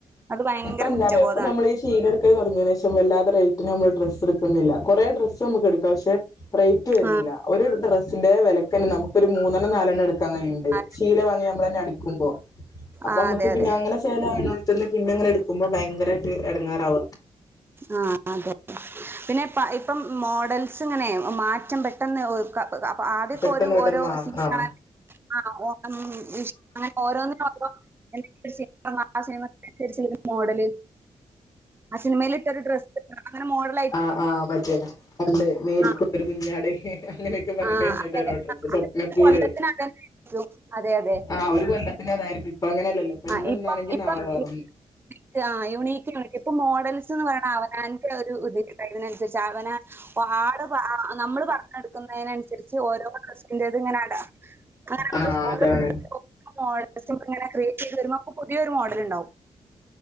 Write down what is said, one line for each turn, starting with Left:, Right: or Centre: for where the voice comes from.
Right: അത് ഭയങ്കര
Left: ഇപ്പൊ എന്താറിയോ
Right: കുറ്റബോധാണ്
Left: ഇപ്പ നമ്മള് ഈ ശീലടുത്ത്. ക്കൽ തുടങ്ങിയതിന് ശേഷം വല്ലാതെ റേറ്റിന് നമ്മള് ഡ്രസ്സ് എടുക്കുന്നില്ല കുറെേ ഡ്രസ്സ് നമുക്ക് എടുക്കാം പക്ഷെ. റേറ്റ് വരുന്നില്ല
Right: ആ
Left: ഒരു ഡ്രസ്സിന്റെ വിലക്കെന്നെ നമുക്ക് ഒരു മൂന്നെണ്ണം നാലെണ്ണം എടു എടുക്കാൻ കയിണ്ട്
Right: ആ
Left: ശീല വാങ്ങി നമ്മൾ തന്നെ അടിക്കുമ്പോ അപ്പൊ
Right: ആ
Left: നമ്മുക്ക്
Right: അതെ
Left: പിന്നെ
Right: അതെ
Left: അങ്ങനെ. ചേലാ യോട് ത്ത്ന്ന് പിന്നെങ്ങനെ എടുക്കുമ്പോ ഭയങ്കരമായിട്ട് എടങ്ങാറാവ.
Right: ആ അതെ പിന്നെ ഇപ്പം മോഡൽസ് ഇങ്ങനെ മാറ്റം പറ്റി പെട്ടെന്ന് അപ്പൊ ആദ്യൊക്കെ
Left: പെട്ടെന്ന്
Right: ഒരു
Left: പെട്ടെന്ന്
Right: ഓരോ
Left: മാറും
Right: സീസണ
Left: ആ
Right: <unintelligible> <unintelligible> മോഡല്. ആ സിനിമയിൽ ഇട്ടൊരു ഡ്രസ് അങ്ങെനെ മോഡൽ.
Left: ആ ആ് മറ്റേ പണ്ട് മേരികുണ്ടൊരു
Right: ആ
Left: കുഞ്ഞാട് അങ്ങനെ. പറഞ്ഞി്ട്ട്
Right: ആ അതെ
Left: സ്വപ്ന
Right: അതൊക്കെ
Left: കൂടെ
Right: കൊല്ലത്തിന് അതന്നെ ആയിരിക്കും അതെ അതെ
Left: ആ ഒരു കൊല്ലം. പിന്നതായിരിക്കും ഇപ്പ അങ്ങനെയല്ല ലോ ഇപ്പ
Right: ആ
Left: ഇന്ന് ഒന്നാണെ
Right: ഇപ്പം ഇപ്പം
Left: നാളൊന്ന.
Right: ആ യുണീക്ക് യൂണിക്ക് ഇപ്പൊ മോഡൽസ് എന്ന് പറയ്ണെ അവനാന്റെ <unintelligible> അവനാൻ. പാടെ പറഞ്ഞ് നമ്മള് പറഞ്ഞെടുക്കുന്നതിനനുസരിച്ച് ഓരോ ഡ്രസിന്റേത് ഇങ്ങനെ അട <unintelligible>
Left: ആ അതാണ്
Right: മോഡൽസ് ഇങ്ങനെ ക്രിയേറ്റ് ചെയ്ത് വരുമ്പോ നമുക്ക് പുതിയൊരു മോഡൽ ഉണ്ടാവും.